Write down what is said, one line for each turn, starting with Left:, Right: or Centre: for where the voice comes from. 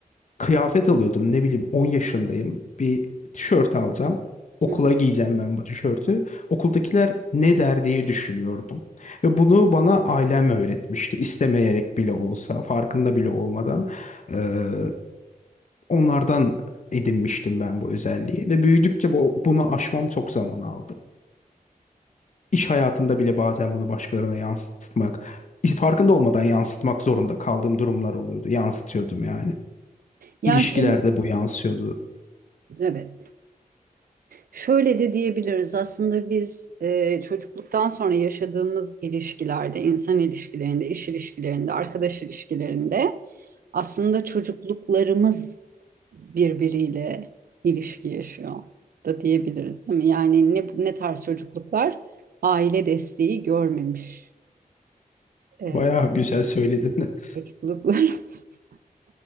Left: kıyafet alıyordum. Ne bileyim 10 yaşındayım. Bir tişört alacağım. Okula
Right: hı hı.
Left: giyeceğim ben bu tişörtü. Okuldakiler ne der diye düşünüyordum. Ve bunu bana ailem öğretmişti. İstemeyerek bile olsa, farkında bile olmadan. Ee, Onlardan edinmiştim ben bu özelliği ve büyüdükçe bu, bunu aşmam çok zaman aldı. İş hayatında bile bazen bunu başkalarına yansıtmak, farkında olmadan yansıtmak zorunda kaldığım durumlar oluyordu. Yansıtıyordum yani.
Right: Yani
Left: İlişkilerde
Right: şöyle,
Left: bu yansıyordu.
Right: evet. Şöyle de diyebiliriz aslında biz e, çocukluktan sonra yaşadığımız ilişkilerde, insan ilişkilerinde, iş ilişkilerinde, arkadaş ilişkilerinde aslında çocukluklarımız birbiriyle ilişki yaşıyor da diyebiliriz değil mi? Yani ne, ne tarz çocukluklar? Aile desteği görmemiş e,
Left: Bayağı güzel söyledin. <laughs>
Right: çocukluklarımız. <laughs>